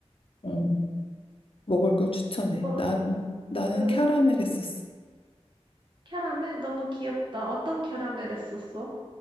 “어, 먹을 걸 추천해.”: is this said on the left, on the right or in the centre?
Left